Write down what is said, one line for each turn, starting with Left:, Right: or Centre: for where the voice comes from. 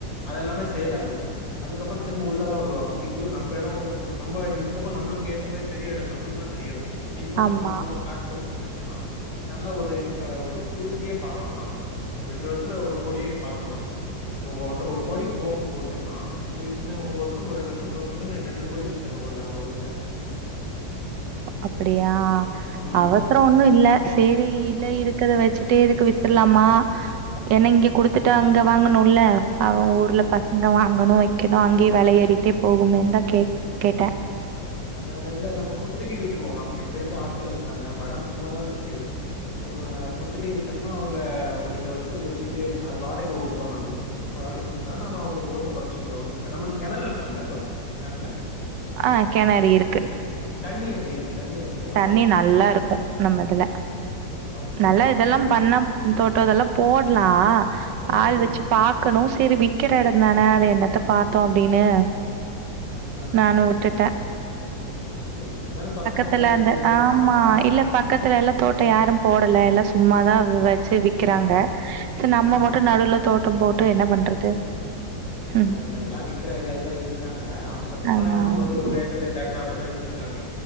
Left: அதெல்லாமே சேல் ஆயுடு அதுக்கப்பற திரும்ப உள்ளதா வருவாங்க அப்டிங்க போது நம்ப எடோ வந்து ரொம்ப நம்ம இந்த பக்கோ நம்பளுக்கு ஏத்த மாரி பெரிய எடோல்ல நம்பள்து தா பெரிய எட அப்டிங்கும்போது
Right: ஆமா.
Left: நம்புல்து நல்லா பிளாட் போட்டு வித்துடம்னா நல்ல ஒரு இன்கம் வர்ற ஒரு டூ சி ய பாக்கலா நம்ம ஒரு ரெண்டு வருஷத்துல ஒரு கோடியே பாத்துலா இப்போ ஒன்ற ஒரு கோடிக்கு போகுனு போட்டோம்னா சோ இன்ன ஒரு வர்ஷ <inaudible> ரெண்டு வர்ஷ பொறுத்துட்டு ரெண்டு கோடிக்கு வித்துர்லா ஒரு லன் ஒரு இத
Right: அப்டியா
Left: ம்,
Right: அவசர ஒன்னு
Left: ம்,
Right: இல்ல செரி இல்ல
Left: ம்.
Right: இருக் க்கத வச்சுட்டே இதுக்கு வித்துரலாமா
Left: ம்,
Right: ஏன்னா
Left: ம்,
Right: இங்க குடுத்துட்டு அங்க வாங்கனுல்ல அவ ஊர்ல
Left: ம்,
Right: பசங்க
Left: ம்.
Right: வாங்கணு வைக்கணு அங்கேயே வெல ஏறிட்டே போகுமேன்னு தா கே
Left: அந்தா
Right: கேட்டேன்.
Left: அதா அதா இல்ல நம்ப குத்தகி விட்ருவோ நம்ம எனக்கு தெரி்ஞ்ச ஆட்கள் இருக்காங்க நம்ப எடமு சும்மாதான்ருக்கு ஒரு குத்தகை விட்டம்னா அவுங்க ஒரு ரெண்டு வருஷத்துக்கு வச்சுட்டு அது வாடக உட்ருவாங்க நம்மளுக்கு சோ ஆடை குடுத்தா நம்ம அவுங்க போட்டு பொழ்ச்சுக்கிட்ட ஒ நம்மளுக்கு கெணறு இருக்கா அங்க எது நன்ல
Right: ஆ கெணறு இருக்கு
Left: தண்ணி எப்டி இருக்கு தண்ணி ஓகேவா?
Right: தண்ணி நல்லாருக்கு நம்ம இதுல
Left: அப்டியா?
Right: நல்லா இதெல்லா
Left: ஆஹா.
Right: பண்ணா தோட்டோ இதெல்லாம் போட்லா
Left: ம்,
Right: ஆள் வச்சி
Left: ம்.
Right: பாக் கணு செரி விக்கிற எடதான அத என்னத்த பாத்தோ அப்டின்னு
Left: அ அ
Right: நானு விட்டுட்ட
Left: சரி சரி இப்பதான பசங்க
Right: பக்கத்துல
Left: வேலைக்கு
Right: அந்த
Left: சேர்ந்திருக்காங்க.
Right: ஆமா
Left: ம்,
Right: இல்ல
Left: ம், ம்.
Right: பக்கத்துல எல்லா தோட்டோ யாரு போடல எல்லா சும்மாதா வெ ச்சு விக்கிறாங்க
Left: அதான், அதான், அதான்.
Right: ச நம்ம
Left: ம்,
Right: மட்டு
Left: ம்.
Right: நடுல தோட்டோ போட்டு என்ன பண்றது
Left: அத
Right: ம்.
Left: அதா எல்லா விக்கற ஐடியாலதா இருக்காங்க அந்த பக்கல்லா
Right: அதான்.
Left: என்னாவோ
Right: ம்.
Left: அது ஒரு ஏக்கரு ரெண்டு ஏக்கரு அப்டிதா வச் இருக்காங்க